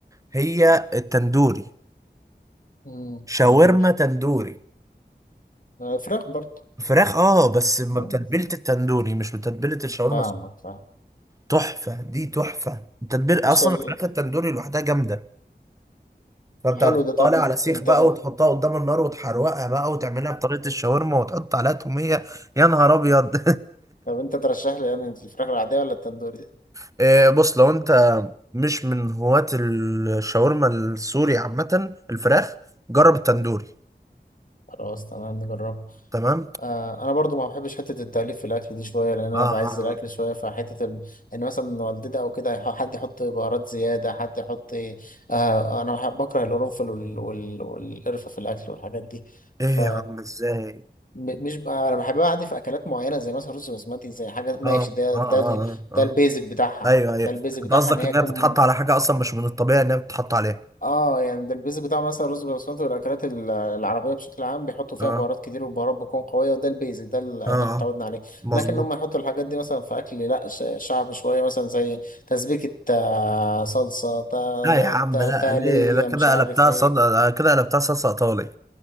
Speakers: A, on the right (about 20°); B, on the left (about 50°).
A: هي التندوري
B: امم
A: شاورما
B: تندور
A: تندوري
B: آه، فراخ برضه
A: فراخ اه بس ما
B: آه،
A: بتتبيله التندوري مش بتتبيله الشاورما
B: فاهمك فاهم
A: تحفه دي تحفه التتبيله
B: بص
A: اصلا
B: ال-
A: الفراخ التندوري لوحدها جامده فانت
B: حلو
A: هتحطها
B: ده طب
A: لي على سيخ
B: انت
A: بقى وتحطها قدام النار وتحروقها بقى وتعملها بطريقه الشاورما وتحط عليها توميه يا نهار ابيض
B: طب انت ترشح لي يعني الفراخ العادية ولا التندوري دي
A: <laughs> آه، بص لو انت مش من هواة الشاورما السوري عامه الفراخ جرب التندوري
B: مم. خلاص تمام نجربها
A: تمام
B: آه انا برضو ما بحبش حتة التأليف في الاكل دي شوية لان انا
A: اه اه
B: بعز الاكل
A: آه.
B: شوية فحتة ال... ان مثلا والدتي او كده يح- حد يحط بهارات زيادة حد يحط آه انا بح- بكره القرنفل وال... وال... والقرفة في الاكل والحاجات دي
A: ايه
B: ف
A: يا عم ازاي
B: م- مش بقى انا بحبها عادي في اكلات معينه زي مثلا رز بسمتي زي حاجه ماشي
A: اه
B: ده
A: اه
B: ده
A: اه
B: ال-
A: اه
B: ده البيزك بتاعها
A: ايوه ايوه
B: ده البيزك بتاعها
A: انت قصدك
B: ان هي
A: انها
B: تكون
A: بتتحط على حاجه اصلا مش من الطبيعي انها بتتحط عليها
B: اه يعني ده البيزك بتاع مثلا رز بسمتي والاكلات ال- العربيه بشكل عام بيحطوا فيها
A: اه
B: بهارات كتير والبهارات بتكون قويه وده البيزك ده ال- اللي
A: اه آه.
B: احنا اتعودنا عليه
A: مظبوط
B: لكن هم يحطوا الحاجات دي مثلا في اكل لا ش- شعبي شويه مثلا زي تسبيكه آه، صلصه تا-
A: لا يا عم
B: تا-
A: لا
B: تقليه
A: ليه ده كده
B: مش عارف
A: قلبتها
B: ايه
A: صد... كده قلبتها صلصه ايطالي